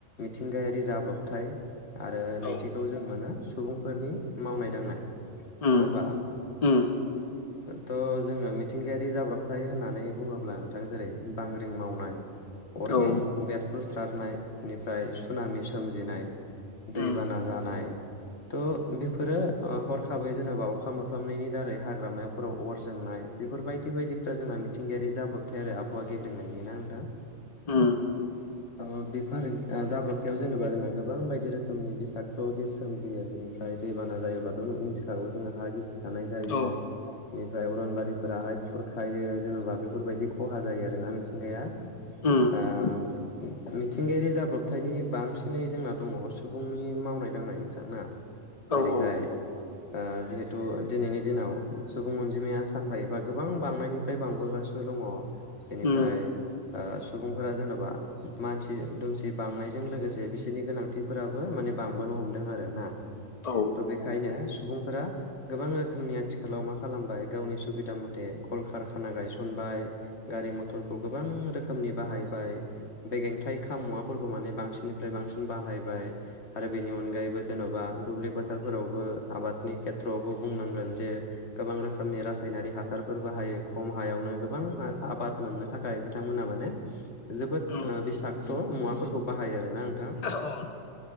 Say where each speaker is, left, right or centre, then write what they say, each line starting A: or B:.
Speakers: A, on the left (about 55°); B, on the left (about 40°).
A: मिथिंगायारि जाब्रबथाय आरो नैथिखौ
B: औ
A: जों मोनो सुबुंफोरनि मावनाय दांनाय नङा
B: उम
A: होमबा
B: उम
A: थ' जोङो मिथिंगायारि जाब्रबथाय होननानै बुङोब्ला बिथां जेरै बांग्रिं मावनाय अर्गें
B: औ
A: बेरफ्रुस्रारनाय बेनिफ्राय सुनामि सोमजिनाय दैबाना
B: उम
A: जानाय थ' बेफोरो ओ हरखाबै जेनेबा अखा मोनफामनायनि दारै हाग्रामायावफोराव अर जोंनाय बेफोर बायदि बायदिफ्रा जोंना मिथिंगायारि जाब्रबथाय आरो आबहावा गेब्रेंनायनिनो ना नोंथां।
B: उम।
A: ओ बेफोर आं जाब्रबथायाव जेनेबा जोंना गोबां बायदि रोखोमनि बिसादत' गेस सोमजियो बेनि फ्राय दैबाना जायोब्लाथ' न ओम मिथिखागौ जोङो हा गि थानाय जायो
B: औ
A: बेनिफ्राय अरनबारिफोराहाय खुरखायो जेन'बा बेफोरबायदि खहा जायो आरोना मिथिंगाया
B: ओम
A: ओ मिथिंगायारि जाब्रबथायनि बांसिनै जोंना दङ सुबुंनि मावनाय दांनाय नोंथां ना
B: औ
A: जेरैहाय
B: औ
A: ओ जिहेथु दिनैनि दिनाव सुबुं अनजिमाया सानफा एफा गोबां बांनायनिफ्राय बांबोगासिनो दङ। बेनिफ्राय
B: उम
A: ओ सुबुंफोरा जेन'बा मानसि दुमसि बांनायजों लोगोसे बिसोरनि गोनांथि फोराबो माने बांबोनो हमदों आरोना।
B: औ।
A: बेखायनो सुबुंफोरा गोबां रोखोमनि आथिखालाव मा खालामबाय गावनि सुबिदा मथे कलकार खाना गायसनबाय गारि मथरखौ गोबां रोखोमनि बाहायबाय बेगेंथाइ खामुवाफोरखौ माने बांसिननिफ्राय बांसिन बाहायबाय। आरो बेनि अनगायैबो जेन'बा दुब्लि फोथारफोरावबो आबादनि खेथ्रआवबो बुंनांगोन जे गोबां रोखोमनि रासायनारि हासारफोर बाहायो। खम हायावनो गोबां आबाद मोननो थाखाय बिथांमोना माने जोबोद
B: उम
A: ओ बि क्ट' मुवाफोरखौ बाहायो आरोना नोंथां।
B: अन